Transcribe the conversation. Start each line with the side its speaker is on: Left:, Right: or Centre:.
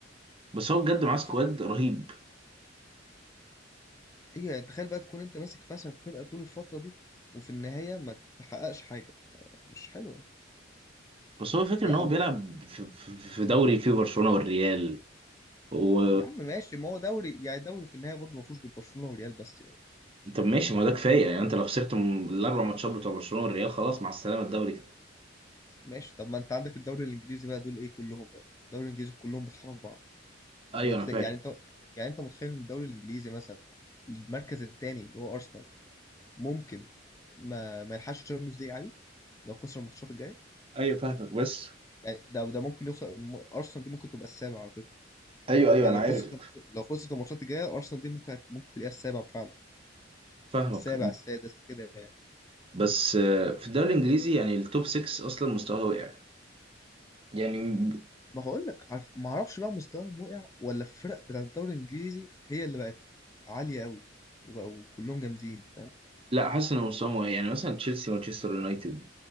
Right: بس هو بجد
Left: وفكرة
Right: معاه سكواد رهيب
Left: ايوه يعني تخيل بقى تكون انت ماسك فشل فرقة طول الفترة دي وفي النهاية ما تحققش حاجة مش حلوة
Right: بس هو فاكر
Left: يا
Right: ان هو
Left: او
Right: بيلعب
Left: ما تحقق-
Right: في في- في دوري فيه برشلونه والريال و
Left: يا عم ماشي ما هو دوري يعني دوري في النهاية برضه ما فيهوش غير برشلونة وريال بس يعني
Right: طب ماشي ما هو ده كفايه يعني انت لو خسرت من الاربع ماتشات بتوع برشلونه والريال خلاص مع السلامه الدوري كده
Left: ماشي طب ما انت عندك الدوري الانجليزي بقى دول ايه كلهم بقى الدوري الانجليزي كلهم بيطحنوا في بعض
Right: ايوه
Left: وهتلاقي
Right: انا فاهم
Left: يعني انت يعني انت متخيل ان الدوري الانجليزي مثلا المركز الثاني اللي هو ارسنال ممكن ما ما يلحقش الشامبيونز ليج عادي لو خسر الماتشات الجايه
Right: ايوه فاهمك بس
Left: يعني ده ده ممكن يوصل م- ارسنال دي ممكن تبقى السابع على فكره
Right: ايوه ايوه
Left: يعني
Right: انا
Left: لو
Right: عارف
Left: خسرت الماتش- لو خسرت الماتشات الجايه ارسنال دي ممكن هت- ممكن تلاقيها السابع فعلا
Right: فاهمك
Left: السابع السادس كده يعني
Right: بس آه، في الدوري الانجليزي يعني التوب 6 اصلا مستواه وقع يعني
Left: ما هقول لك عارف ما اعرفش بقى مستواهم وقع ولا الفرق بتاعت الدوري الانجليزي هي اللي بقت عاليه قوي وبقوا كلهم جامدين فاهم
Right: لا حاسس ان مستواهم وقع يعني مثلا تشيلسي ومانشستر يونايتد